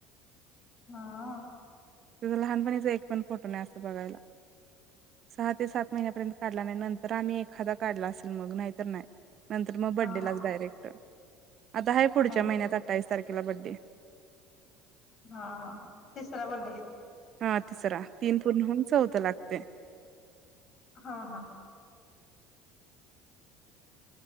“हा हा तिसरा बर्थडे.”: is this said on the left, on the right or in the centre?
Left